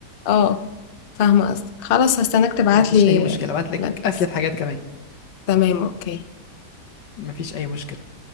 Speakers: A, on the left; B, on the left.
A: اه فاهمه قصدك خلاص هستناك تبعت
B: ما فيش
A: لي
B: اي مشكله بعت لك
A: لينكس
B: افيد حاجات كمان
A: تمام اوكي
B: ما فيش اي مشكله